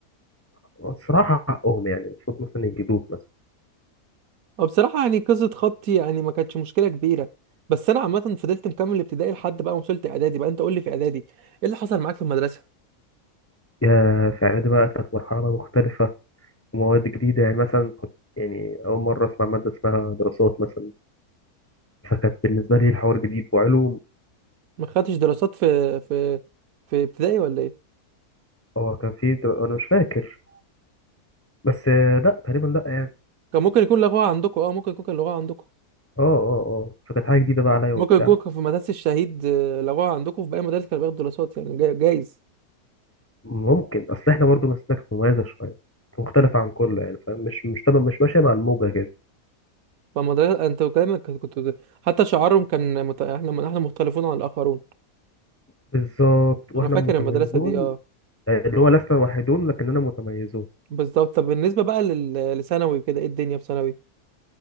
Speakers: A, on the left (about 20°); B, on the right (about 70°).
A: الصراحة حقهم يعني المفروض مثلا يجيبوك مثلا
B: وبصراحه يعني قصه خطي يعني ما كانتش مشكله كبيره بس انا عامه فضلت مكمل ابتدائي لحد بقى ما وصلت اعدادي بقى انت قول لي في اعدادي ايه اللي حصل معاك في المدرسه
A: يا في إعدادي بقى كانت مرحلة بقى مختلفة ومواد جديدة يعني مثلا كنت يعني أول مرة أسمع مادة اسمها دراسات مثلا فكانت بالنسبة لي الحوار جديد وعلوم
B: ما خدتش دراسات في في في ابتدائي ولا ايه
A: هو كان في در... أنا مش فاكر بس آه، لأ تقريبا لأ يعني
B: كان ممكن يكون لغوها عندكم اه ممكن يكون كان لغوها عندكم
A: اه اه اه فكانت حاجة جديدة بقى عليا
B: ممكن
A: وبتاع
B: يكون في مدرسة الشهيد آه، لغوها عندكم في باقي المدارس كانوا بياخدوا دراسات يعني جا- جايز
A: ممكن أصل إحنا برضه مسلكنا كانت مميزة شوية كانت مختلفة عن كله يعني فاهم مش مش تمام مش ماشية مع الموجة كده
B: فالمدرسة انت كلامك كنت كنت- حتى شعارهم كان مت... احنا احنا مختلفون عن الآخرون
A: بالظبط وإحنا
B: انا فاكر
A: متميزون
B: المدرسة دي اه
A: آه، اللي هو لسنا وحيدون لكننا متميزون
B: بالظبط طب بالنسبة بقى لل... لثانوي وكده ايه الدنيا في ثانوي